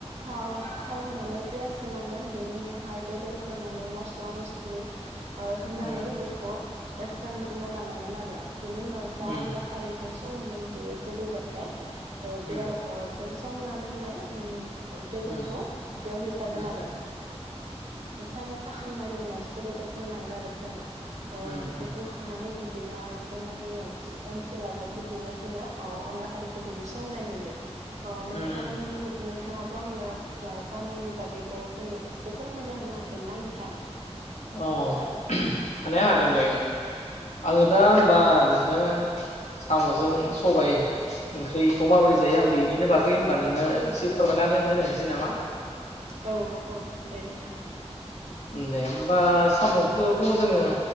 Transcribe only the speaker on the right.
थाव थाव होनानै पियास होनांगोन बेनि उनाव बेहाय बेदरखौ होनानै मस्ला मस्लि ओ होनानै
बेखौ एवफ्रामग्रोना लानांगोन आरो बेनि उनाव जा
अनला खारैजों संदोंमोन बेयो गोदौबाथाय ओ
बेयाव अ जों संना दोननाय उम बेदरखौ
बेयाव होजागोन
आरो <unintelligible> साखांनायनि उनावसो बेदरखौ होनांगौ आरो जोङो अ
बेखौ खांनानै बिद दिनो जोंनि ओनस ओनसोलावहाय बिदिनो जोङो औ अनला खारिखौ बिदि संनाय नुयो अ नोंथांमोननि
नों नोंथाङाबो आंनो जामुंनि बागै बर'फोरनि एसे फोरमायना होनो हागोन ना नोंथां
औ औ दे नोंथां